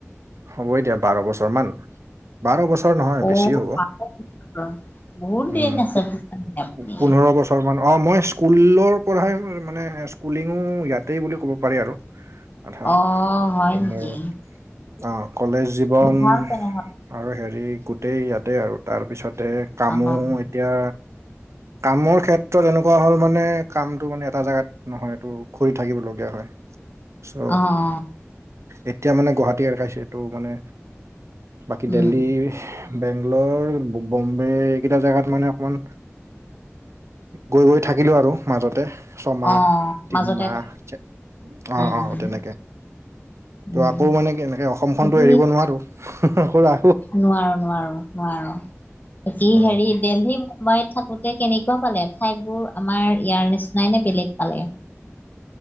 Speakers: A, on the right; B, on the left.
A: হ'ব এতিয়া বাৰ বছৰ মান বাৰ বছৰ নহয়
B: অ'
A: বেছি হ'ব।
B: বহুত
A: উম
B: দিন আছে তেতিয়াহ'লে আপুনি।
A: পোন্ধৰ বছৰ। অকণমান অ', মই স্কুলৰ পৰাই মানে স্কুলিং ইয়াতেই বুলি ক'ব। পাৰি আৰু। আধা
B: অ' হয় নেকি?
A: মোৰ আহ কলেজ জীৱন।
B: ভাল তেনেহ'লে
A: আৰু হেৰি গোটেই ইয়াতে আৰু তাৰ পিছতে কামো
B: অ'
A: এতিয়া কামৰ ক্ষেত্ৰ ক্ষেত্ৰত এনেকুৱা হ'ল মানে কামটো মানে এটা জেগাত নহয় এইটো ঘূৰি থাকিবলগীয়া হয়। চ'
B: অ'
A: এতিয়া মানে গুৱাহাটী একাইছে এই তটো মানে বাকী
B: উম
A: দেল্হী বেংগলৰ বম্বে এইকেইটা জেগাত মানে অকমান গৈ গৈ থাকিলোঁ আৰু মাজতে ছমাহ
B: অ'
A: তিনিমাহ
B: মাজতে
A: অ',
B: উম
A: অ',
B: উম
A: তেনেকে ত'
B: উম
A: আকৌ মানে এনেকে অসমখনতো
B: বাকী
A: এৰিব নোৱাৰোঁ। <unintelligible> কৰা।
B: নোৱাৰো, নোৱাৰো, নোৱাৰো কি
A: উম
B: হেৰি দেল্হি কোইত থাকোতে কেনেকুৱা পালে ঠাইবোৰ আমাৰ ইয়াৰ নিচিনাই নে বেলেগ পালে।